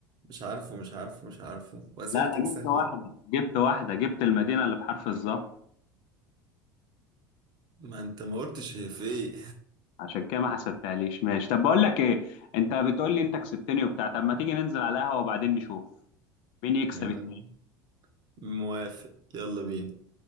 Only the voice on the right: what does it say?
مش عارفه مش عارفه مش عارفه واسئلتك
سهلة
ما انت ما قلتش هي في ايه
<laughs>
موافق يلا بينا